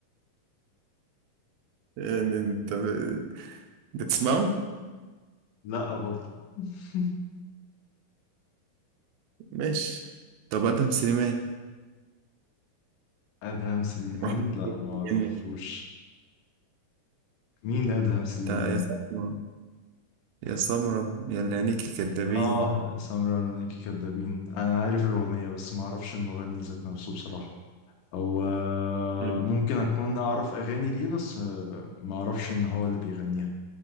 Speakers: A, on the right; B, on the left.
A: يعني انت ب- بتسمعه
B: لا برضو <laughs>
A: ماشي طب ادهم سليمان
B: ادهم سليمان
A: واحمد
B: لا ما اعرفوش
A: كامل
B: مين ادهم سليمان
A: انت يا سمرة يا سمرة يا اللي عينيكي كدابين
B: اه يا سمرة لناكي كدابين انا عارف الاغنيه بس ما اعرفش المغني ذات نفسه بصراحه او آه،
A: طيب.
B: ممكن اكون اعرف اغاني ليه بس آه، ما اعرفش ان هو اللي بيغنيها